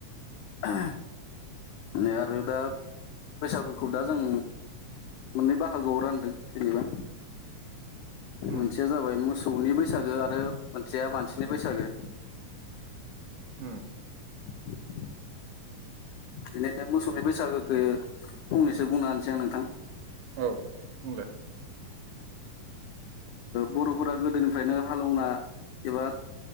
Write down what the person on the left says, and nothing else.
ओ नै आरो दा बैसागुखौ दा जों मोननै बाहागोआव रानदों जेनेबा
मोनसेया जाबाय मोसौनि बैसागो आरो मोनसेया मानसिनि बैसागो।
<inaudible> बिनिनो मोसौनि बैसागोखौ फंनैसो बुंना होनोसै आं नोंथां।
बर'फोरा गोदोनिफ्रायनो हालेवना एबा